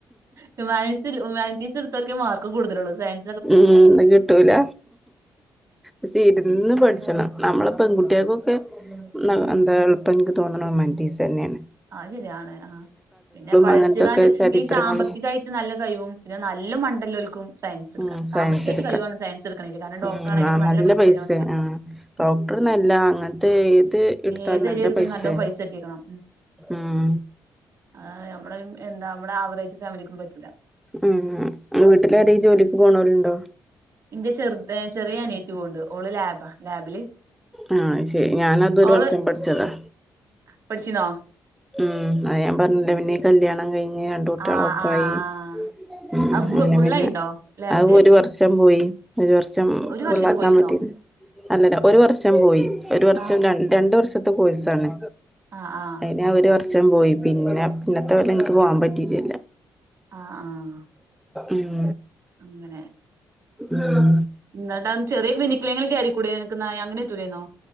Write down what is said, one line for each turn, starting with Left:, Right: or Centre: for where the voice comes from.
Right: ഹ്യൂമാനീസ്‌ ഹ്യുമാനിറ്റീസ്‌ എടുത്തോർക്കേ മാർക്കും കൂടുതലുള്ളൂ സയൻ
Centre: ഉം അഹ്കിട്ടൂല്ല ക്ഷേ ഇര്ന്ന് പഠിച്ചണം
Right: ഏഹ്
Centre: നമ്മളെ പെങ്കുട്ട്യാക്കൊക്കെ ന്ന
Right: ആഹ്
Centre: എന്താ ഇപ്പന്ക്ക് തോന്നണ് ഹ്യൂമൻറ്റീസെനെണ്
Right: ആ ശര്യാണ് ആഹ് പിന്നെ പഠിച്ച്കാണ്ട്
Centre: അങ്ങനത്തൊക്കെ ചരിത്രങ്ങളും
Right: ഈ സാമ്പത്തികായി നല്ലകൈവും പിന്നെ നല്ല മണ്ടല്ലോൽക്കും സയൻസ് ഇട്ക്കാ
Centre: ഉം സയൻസ്
Right: സാമ്പത്തികായിട്ട്
Centre: എട്ക്ക
Right: കഴിവാണ് സയൻസ് ഇട്ക്ക്ണേല് കാരണം
Centre: ഉം
Right: ഡോക്ടറാണേലൊക്കെ
Centre: ആഹ് നല്ല
Right: പൈസ
Centre: പൈസയ
Right: ചെലവുണ്ടല്ലോ
Centre: ആഹ് ഡോക്ടർ
Right: ഉം
Centre: നല്ല അങ്ങനത്ത് ഏത് ഇട്ത്താ
Right: ഏത്
Centre: നല്ല
Right: എരേട്ക്ക്ണേലും
Centre: പൈസയ
Right: നല്ലോം പൈസ കിട്ടിക്കണം
Centre: ഉം
Right: ആഹ് നമ്മടെവി എന്താ നമ്മടെ ആവറേജ് ഫാമിലിക്കും പറ്റൂല
Centre: ഉം വീട്ടിലാരേലും
Right: ഉം
Centre: ജോലിക്ക് പോണോലുണ്ടോ
Right: ഇന്റെ ചെറ്ത് ചെറീയ അനിയേത്തി പോണ്ട് ഓള് ലാബാ ലാബില്
Centre: ആഹ് അയ്ശെരി ഞാനതൊരു
Right: ഓള്
Centre: വർഷം പഠിച്ചതാ
Right: പഠിച്ചിന്നോ
Centre: ഉം അയ് ഞാൻ പറഞ്ഞ്ല്ല പിന്നെ കല്യാണം കഴിഞ്ഞ് രണ്ട്കുട്ടികളൊപ്പായി
Right: ആഹ് ആഹ് ആഹ്
Centre: ഉം
Right: അത്
Centre: അങ്ങനെ
Right: ഫുള്ളായിണ്ടോ
Centre: പിന്നെ
Right: ലാബിന്റെ
Centre: അഹ് ഒരു വർഷം പോയി ഒരു വർഷം
Right: ഒരു
Centre: ഫുള്ളാക്കാൻ
Right: വർഷത്തെ കോഴ്സോ
Centre: പറ്റില അല്ലല്ല ഒരു വർഷം പോയി ഒരു വർഷം
Right: ആഹ്
Centre: രണ്ട രണ്ട് വർഷത്തെ കോഴിസാണ്
Right: ആഹ് ആഹ്
Centre: ഞാൻ ഒരു വർഷം പോയി പിന്നെ പിന്നത്തെകൊല്ലം ന്ക്ക് പോവാൻ പറ്റീറ്റില്ല
Right: ആഹ് ആഹ്
Centre: ഉം
Right: അങ്ങനെ
Centre: ഉം
Right: ന്നിട്ട് അ ചെറിയ ക്ലിനികില്ലെങ്കിലും കയറിക്കൂടെ അനക്ക്ന്ന അങ്ങനെ പറ്റൂലേന്നോ